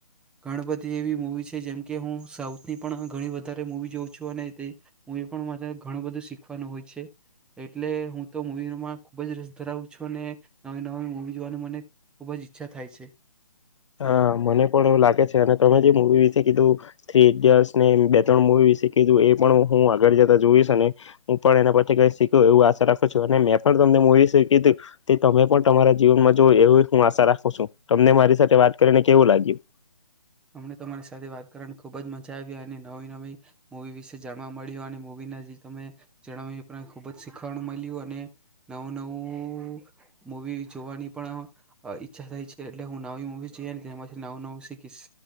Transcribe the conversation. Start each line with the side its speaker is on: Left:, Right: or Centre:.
Centre: ઘણી બધી એવી મવી જેમકે હું સાઉથની પણ ઘણી વધારે મૂવી જોઉં છું અને તે મૂવી પણ માને ઘણું બધું શીખવાનું હોય છે એટલે હું તો મૂવીમાં ખૂબ જ રસ ધરાવું છું અને નવી નવી મૂવી જોવાની મને ખૂબ જ ઈચ્છા થાય છે.
Left: હા મને પણ એવું લાગે છે અને તમે જે મવી વિશે કીધું થ્રી ઈડિયટ્સ ને બે ત્રણ મવી વિશે કીધું એ પણ હું આગળ જતા જોઈશ અને હું પણ એના પછ કઈ શીખું એવું આશા રાખું છું અને મેં પણ તમને મવી શીી તમે પણ તમારા જીવનમાં જો એવી હું આશા રાખું છું તમને મારી સાથે વાત કરીને કેવું લાગ્યું.
Centre: અમને તમારી સાથે વાત કરવાની ખુબ જ મજા આવી અને નવી નવી મુવી વિશે જાણવા મળ્યું અને મવી ના ત જણાવ ખુબ જ શીખવાણ મળ્યું અને નવું નવું મવી જોવાની પણ ઈચ્છા થઈ છે એટલે હું નવી મુવી જોઈ તેમાંથી નવું નવું શીખીશ.